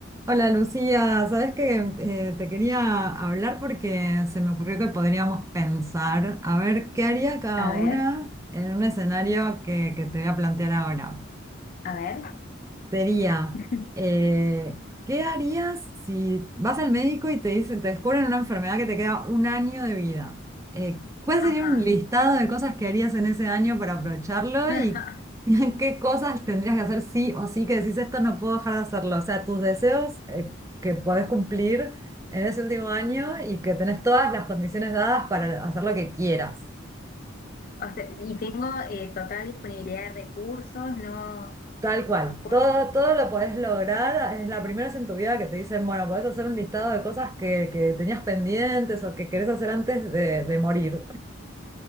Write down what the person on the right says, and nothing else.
Hola Lucía, sabes que eh, te quería hablar porque se me ocurrió que podríamos pensar a ver qué haría cada
una
en un escenario que, que te voy a plantear ahora
sería,
eh, ¿qué harías si vas al médico y te dicen, te descubren una enfermedad que te queda un año de vida? Eh, ¿cuál
sería un listado de cosas que harías en ese año para aprovecharlo
y <laughs> qué cosas tendrías que hacer sí o sí que decís esto no puedo dejar de hacerlo? O sea, tus deseos, eh, que podés cumplir en ese último año y que tenés todas las condiciones dadas para hacer lo que quieras.
Tal cual,
todo, todo lo puedes lograr. ah, Es la primera vez en tu vida que te dicen, bueno, podés hacer un listado de cosas que, que tenías pendientes o que querés hacer antes de, de morir.